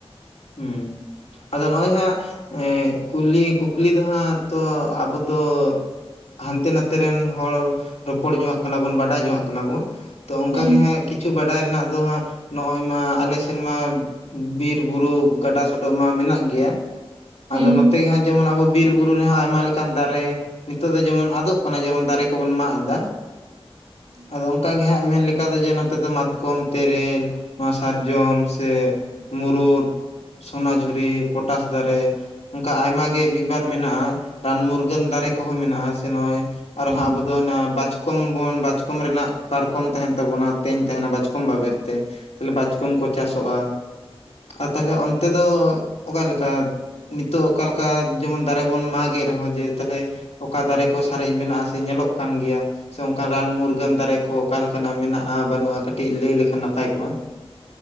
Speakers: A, on the left; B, on the right.
A: ᱦᱩᱸ ᱟᱫᱚ ᱱᱚᱜ-ᱚᱭ ᱦᱟᱸᱜ ᱮᱸ ᱠᱩᱞᱤ ᱠᱩᱠᱞᱤ ᱫᱚ ᱦᱟᱸᱜ ᱛᱚ ᱟᱵᱚ ᱫᱚ ᱦᱟᱱᱛᱮ ᱱᱟᱛᱮ ᱨᱮᱱ ᱦᱚᱲ ᱨᱚᱯᱚᱲ ᱡᱚᱝᱟᱜ ᱠᱟᱱᱟ ᱵᱚᱱ ᱵᱟᱰᱟᱭ ᱡᱚᱝᱟᱜ ᱠᱟᱱᱟ ᱵᱚᱱ ᱾ ᱛᱚ ᱚᱱᱠᱟ
B: ᱦᱮᱸ
A: ᱜᱮ ᱦᱟᱸᱜ ᱠᱤᱪᱷᱩ ᱵᱟᱰᱟᱭ ᱨᱮᱱᱟᱜ ᱫᱚ ᱦᱟᱸᱜ ᱱᱚᱜ-ᱚᱭ ᱢᱟ ᱟᱞᱮ ᱥᱮᱱ ᱢᱟ ᱵᱤᱨ ᱵᱩᱨᱩ ᱜᱟᱰᱟ ᱥᱚᱰᱚᱜ ᱢᱟ ᱢᱮᱱᱟᱜ ᱜᱮᱭᱟ ᱾ <inaudible>
B: ᱦᱩᱸ
A: ᱟᱫᱚ ᱱᱚᱛᱮ ᱜᱮ ᱦᱟᱸᱜ ᱡᱮᱢᱚᱱ ᱟᱵᱚ ᱵᱤᱨ ᱵᱩᱨᱩ ᱨᱮᱦᱚᱸ ᱟᱭᱢᱟ ᱞᱮᱠᱟᱱ ᱫᱟᱨᱮ ᱱᱤᱛᱚᱜ ᱫᱚ ᱡᱮᱢᱚᱱ ᱟᱫᱚᱜ ᱠᱟᱱᱟ ᱡᱮᱢᱚᱱ ᱫᱟᱨᱮ ᱠᱚᱵᱚᱱ ᱢᱟᱜ ᱮᱫᱟ ᱾ ᱟᱫᱚ ᱚᱱᱠᱟ ᱜᱮ ᱦᱟᱸᱜ ᱢᱮᱱ ᱞᱮᱠᱟ ᱫᱚ ᱡᱮ ᱱᱚᱛᱮ ᱫᱚ ᱢᱟᱛᱠᱚᱢ ᱛᱮᱨᱮᱞ ᱢᱟᱥ ᱥᱟᱨᱡᱚᱢ ᱥᱮ ᱢᱩᱨᱩᱫ ᱥᱚᱱᱟᱡᱷᱩᱨᱤ ᱯᱚᱴᱟᱥ ᱫᱟᱨᱮ ᱚᱱᱠᱟ ᱟᱭᱢᱟ ᱜᱮ ᱢᱤᱫ ᱵᱟᱨ ᱢᱮᱱᱟᱜ-ᱟ ᱨᱟᱱ ᱢᱩᱨᱜᱟᱹᱱ ᱫᱟᱨᱮ ᱠᱚᱦᱚᱸ ᱢᱮᱱᱟᱜ-ᱟ ᱥᱮ ᱱᱚᱜ-ᱚᱭ ᱟᱨᱦᱚᱸ
B: ᱦᱩᱸ
A: ᱟᱵᱚ ᱟᱫᱚ ᱚᱱᱟ ᱵᱟᱪᱠᱚᱢ ᱵᱚᱱ ᱵᱟᱪᱠᱚᱢ ᱨᱮᱱᱟᱜ ᱯᱟᱨᱠᱚᱢ ᱛᱟᱦᱮᱸᱱ ᱛᱟᱵᱚᱱᱟ ᱛᱮᱧ ᱛᱟᱦᱮᱸᱱᱟ ᱵᱟᱪᱠᱚᱢ ᱵᱟᱵᱮᱨ ᱛᱮ ᱾ ᱛᱟᱞᱦᱮ ᱵᱟᱪᱠᱚᱢ ᱠᱚ ᱪᱟᱥᱚᱜ-ᱟ ᱾ ᱟᱨ ᱛᱟᱦᱞᱮ ᱚᱱᱛᱮ ᱫᱚ ᱚᱠᱟ ᱞᱮᱠᱟ? ᱱᱤᱛᱚᱜ ᱚᱠᱟ ᱞᱮᱠᱟ ᱡᱮᱢᱚᱱ ᱫᱟᱨᱮ ᱵᱚᱱ ᱢᱟᱜᱮᱫ ᱨᱮᱦᱚᱸ ᱡᱮ ᱛᱟᱞᱦᱮ ᱚᱠᱟ ᱫᱟᱨᱮ ᱠᱚ ᱥᱟᱨᱮᱡ ᱢᱮᱱᱟᱜ-ᱟ ᱥᱮ ᱧᱮᱞᱚᱜ ᱠᱟᱱ ᱜᱮᱭᱟ ᱥᱮ ᱚᱱᱠᱟᱱ ᱨᱟᱱ ᱢᱩᱨᱜᱟᱹᱱ ᱫᱟᱨᱮ ᱠᱚ ᱚᱠᱟ ᱞᱮᱠᱟᱱᱟᱜ ᱢᱮᱱᱟᱜ-ᱟ ᱵᱟᱹᱱᱩᱜ-ᱟ ᱠᱟᱹᱴᱤᱡ ᱞᱟᱹᱭ ᱞᱮᱠᱷᱟᱱ ᱱᱟᱯᱟᱭ ᱠᱚᱜ-ᱟ ᱾